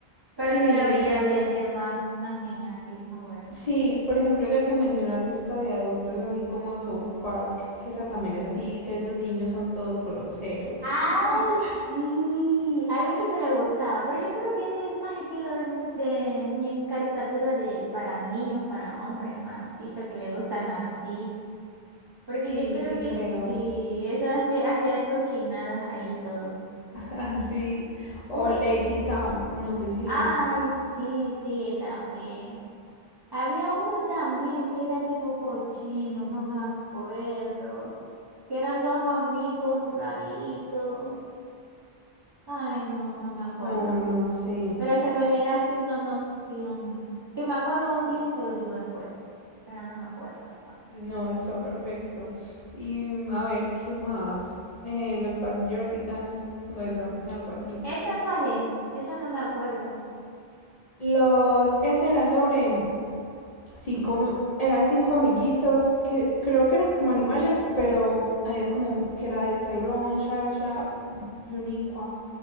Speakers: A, on the right; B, on the left.
A: Pero
B: Sí,
A: sí la veía de, de más, más niña, sí, más joven.
B: sí, por ejemplo, ya que mencionas esta de adultos, así como South Park, que esa también es así, dice, esos niños son todos groseros.
A: Ay,
B: <laughs>
A: sí, hay mucho que le gustaba, pero yo creo que ese es más estilo de, de muñe- caricatura de para niños, para hombres, varoncitos que le gustan así, porque
B: Sí,
A: yo creo
B: sí
A: que
B: creo.
A: sí, eso hace- hacían cochinadas ahí y todo.
B: Así. O
A: Uy,
B: Lazy Town, no sé si la...
A: ay, sí, sí, también. Había uno también que era tipo cochino, no me acuerdo, que eran dos amigos raritos. Ay, no, no me acuerdo.
B: O no sé.
A: Pero se me viene así una noción. Si me acuerdo bien, te lo digo después, pero no me acuerdo. ahora.
B: No, está perfecto. Y mm, a ver, ¿qué más? Eh, los Backyardigans, o eso, algo así.
A: ¿Esa cuál es? Esa no me acuerdo.
B: Los, ese era sobre cinco, mu- eran cinco amiguitos que creo que eran como animales, pero había como un- que era de Tyrone, Shasha, Yuniqua,